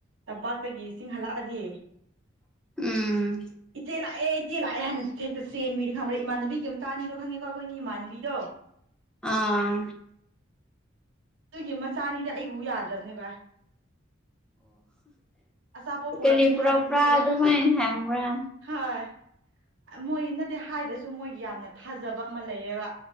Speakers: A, on the right (about 75°); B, in the centre.
A: ꯇꯝꯄꯥꯛꯇꯒꯤ ꯆꯤꯡꯍꯜꯂꯛꯑꯗꯤ
B: ꯎꯝ
A: ꯆꯦꯜ ꯂꯥꯛꯑꯦ ꯏ ꯆꯦꯜ ꯂꯥꯛꯑꯦ ꯍꯥꯏꯅ ꯍꯦꯛꯇ ꯆꯦꯟꯕꯤꯅꯤ ꯈꯪꯕ꯭ꯔꯦ ꯏꯃꯥꯟꯅꯕꯤꯒꯤ ꯃꯆꯥꯅꯤꯗꯣ ꯈꯪꯉꯦꯀꯣ ꯑꯩꯈꯣꯏꯒꯤ ꯏꯃꯥꯟꯅꯕꯤꯗꯣ
B: ꯑꯥ
A: ꯑꯗꯨꯒꯤ ꯃꯆꯥꯅꯤꯗꯤ ꯑꯩ ꯎ ꯌꯥꯗ꯭ꯔꯕꯅꯦ ꯚꯥꯏ ꯑꯆꯥꯄꯣꯠ ꯄꯨꯔꯛꯀꯅꯤ
B: ꯑꯣ ꯦꯔꯤꯄꯨꯔꯥ
A: ꯍꯥꯏꯕꯒꯤ
B: ꯄꯨꯔꯥ
A: ꯃꯣꯏ ꯌꯥꯝꯅ
B: ꯑꯗꯨꯃꯥꯏ ꯍꯦꯡ꯭ꯔꯥ
A: ꯍꯣꯏ ꯃꯣꯏꯅꯗꯤ ꯍꯥꯏꯗꯁꯨ ꯃꯣꯏꯒꯤ ꯌꯥꯝꯅ ꯊꯥꯖꯕ ꯑꯃ ꯂꯩꯌꯦꯕ